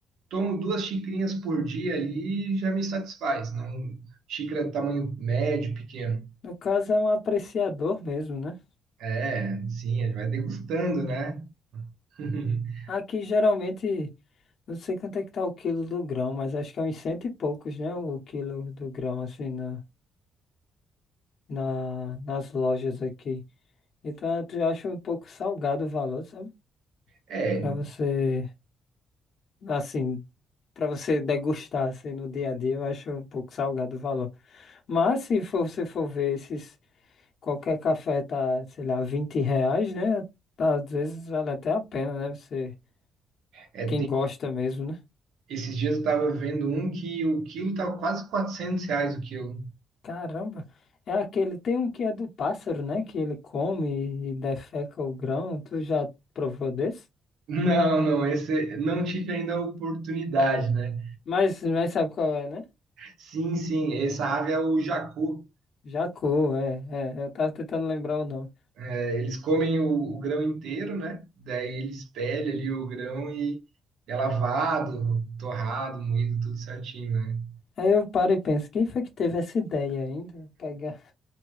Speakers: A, on the right; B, on the left.
A: tomo duas xicrinhas por dia ali e já me satisfaz. Não, xícara de tamanho médio, pequeno.
B: No caso, é um apreciador mesmo, né?
A: É, sim, vai degustando, né? <laughs>
B: Aqui, geralmente, não sei quanto é que tá o quilo do grão, mas acho que é uns cento e poucos, né? O quilo do grão, assim, na, na, nas lojas aqui. Então, eu acho um pouco salgado o valor, sabe?
A: É,
B: para você, assim, para você degustar assim no dia a dia, eu acho um pouco salgado o valor. Mas se for- você for ver esses, qualquer café tá, sei lá, 20 reais, né? Tá, às vezes vale até a pena, né? Você,
A: é,
B: quem gosta mesmo, né?
A: Esses dias eu tava vendo um que o quilo tava quase 400 reais o quilo.
B: Caramba, é aquele, tem um que é do pássaro, né? Que ele come e defeca o grão. Tu já provou desse?
A: Não, não, esse não tive ainda a oportunidade, né?
B: Mas, mas sabe qual é, né?
A: Sim, sim, essa ave é o jacu.
B: Jacu, é, é. é. Eu tava tentando lembrar o nome.
A: É, Eles comem o, o grão inteiro, né? Daí eles pelham ali o grão e é lavado, torrado, moído, tudo certinho, né?
B: Aí eu paro e penso, quem foi que teve essa ideia ainda? Pegar.